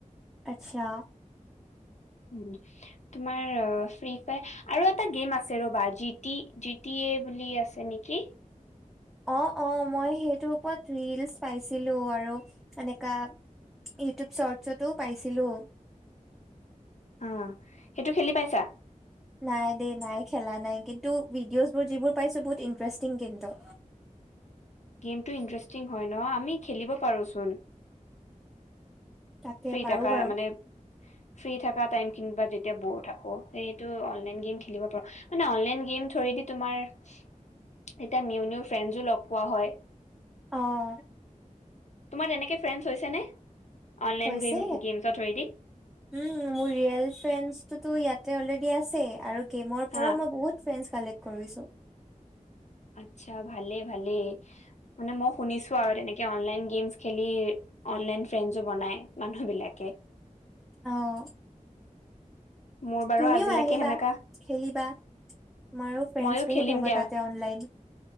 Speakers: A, in the centre; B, on the left.
A: আচ্ছা।
B: উম তোমাৰ ফ্ৰী ফায় আৰু এটা গেম আছে ৰ'বা জিত টি জি টি এ বুলি আছে নেকি
A: অঁ অঁ মই সেইটোৰ ওপৰত ৰীলছ পাইছিলো আৰু এনেকা ইউটিউব শ্বট শ্বটো পাইছিলো
B: অঁ সেইটো খেলি পাইছা
A: নাই দেই নাই খেলা নাই কিন্তু ভিডিঅ'ছবোৰ যিবোৰ পাইছো বহুত ইন্টাৰেষ্টিং কিন্তু
B: গেমটো ইন্টাৰেষ্টিং হয় ন আমি খেলিব পাৰোচোন।
A: তাকে
B: ফ্ৰী
A: পাৰো
B: টকা
A: বাৰু
B: মানে ফ্ৰী থাক টাইম কিনিব যেতিয়া ব'ৰ থাকো সেইটো অনলাইন গেম খেলিব পাৰো মানে অনলাইন গেম ঠোয়েদি দি তোমাৰ এতিয়া নিউ নিউ ফ্ৰেছো লগ পোৱা হয়
A: অঁ
B: তোমাৰ এনেকে ফ্ৰেণ্ডছ হৈছে নে অনলাইন
A: হৈছে।
B: গেম গেমছৰ ধৰেদি
A: উম মোৰ ৰিয়েল ফ্ৰেডটোতো ইয়াতে অলৰেডি আছে আৰু গেমৰ
B: হা
A: পৰাও মই বহুত ফ্ৰেডছ কালেক্ট কৰিছো
B: আচ্ছা ভালেই ভালেই মানে মই শুনিছো আৰু তেনেকে অনলাইন গেমছ খেলি অনলাইন ফ্ৰেমছো বনাই মানুহ বিলাকে
A: আহ
B: মোৰ বাৰু
A: তুমিও
B: আজিলৈকে
A: আহিবা
B: সেনেকা
A: খেলিবা তোমাৰো ফ্ৰেণ্ডছ
B: মইয়ো
A: বহুত
B: খেলিম
A: হ'ব
B: দিয়া
A: তাতে অনলাইন